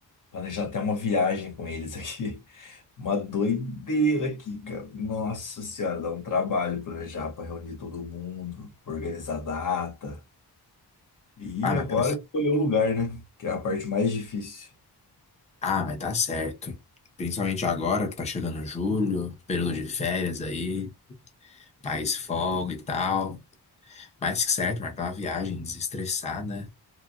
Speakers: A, on the left; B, on the left.
A: planejando até uma viagem com eles aqui. <laughs> Uma doideira aqui, cara. Nossa senhora, dá um trabalho planejar pra reunir todo mundo, organizar data. E
B: Ah, mas
A: agora
B: tá,
A: escolher o lugar, né? Que é a parte mais difícil.
B: ah, mas tá certo. Principalmente agora que tá chegando julho, período de férias aí, mais folga e tal. Mais que certo, marcar uma viagem, desestressar, né?